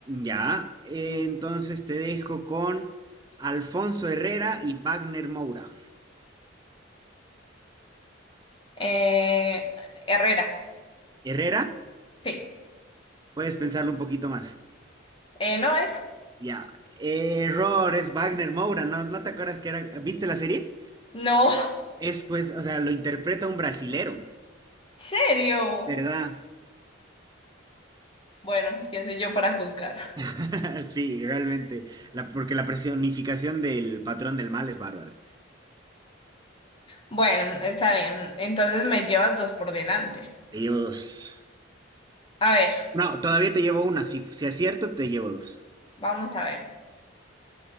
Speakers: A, on the right; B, on the left.
A: Ya, eh, entonces te dejo con Alfonso Herrera y Wagner Moura.
B: Eh, Herrera,
A: ¿Herrera?
B: sí.
A: Puedes pensarlo un poquito más.
B: Eh, no, esa.
A: Ya. Error, es Wagner Moura, ¿no, no te acuerdas que era? ¿Viste la serie?
B: No, <laughs> ¿en
A: Es pues, o sea, lo interpreta un brasilero,
B: serio?
A: ¿verdad?
B: Bueno, ¿quién soy yo para juzgar?
A: <laughs> Sí, realmente. La- porque la personificación del patrón del mal es bárbara.
B: Bueno, está bien. Entonces me llevas dos por delante.
A: Te llevo dos.
B: A ver,
A: No, todavía te llevo una. Si, si acierto, te llevo dos.
B: vamos a ver.